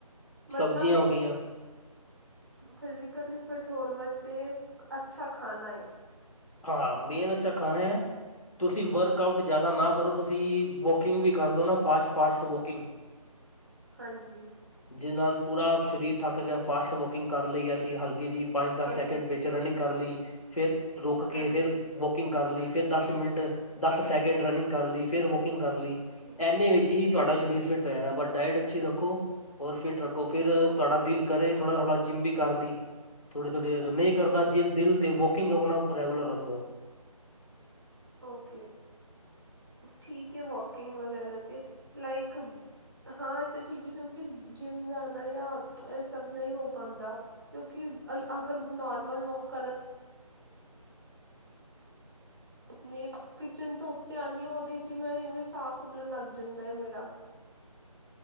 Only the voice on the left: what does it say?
ਸਬਜ਼ੀਆਂ ਹੋ ਗਈਆਂ
ਹਾਂ, ਮੇਨ ਅਛਾ ਖਾਣਾ ਹੈ। ਤੁਸੀਂ ਵਰਕ ਆਊਟ ਜ਼ਿਆਦਾ ਨਾ ਕਰੋ ਤੁਸੀਂ ਵੋਕਿੰਗ ਵੀ ਕਰ ਲਓ ਨਾ ਫਾਸਟ-ਫਾਸਟ ਵੋਕਿੰਗ।
ਜਿਹਦੇ ਨਾਲ ਪੂਰਾ ਸਰੀਰ ਥੱਕ ਗਿਆ ਫਾਸਟ ਵੋਕਿੰਗ ਕਰ ਲਈ ਅਸੀਂ ਹਲਕੀ ਜਿਹੀ ਪੰਜ ਦਸ
ਸੈਕਿੰਡ ਵਿੱਚ ਰਨਿੰਗ ਕਰ ਲਈ ਫੇਰ ਰੁਕ
ਕੇ ਫੇਰ ਵੋਕਿੰਗ ਕਰ ਲਈ ਫੇਰ ਦਸ ਮਿੰਟ ਦਸ ਸੈਕਿੰਡ ਰਨਿੰਗ ਕਰ ਲਈ ਫੇਰ ਵੋਕਿੰਗ ਕਰ ਲੀ।
ਇਨੇ
ਵਿੱਚ ਹੀ ਤੁਹਾਡਾ
ਸਰੀਰ ਫਿੱਟ ਹੋ ਜਾਣਾ ਪਰ ਡਾਇਟ ਅੱਛੀ ਰੱਖੋ। ਔਰ ਫਿਟ ਰੱਕੋ ਫਿਰ
ਤੁਹਾਡਾ ਦਿਲ ਕਰੇ ਥੋੜਾ-ਥੋੜਾ ਜਿੰਮ ਵੀ ਕਰਨ ਲਈ ਥੋੜੀ-ਥੋੜ੍ਹੀ ਅਰਰ ਨਈ ਕਰਦਾ
ਜਿਮ
ਦਿਲ ਤੇ ਵੋਕਿੰਗ ਆਪਨਾ ਰੈਗੂਲਰ ਰੱਖੋ।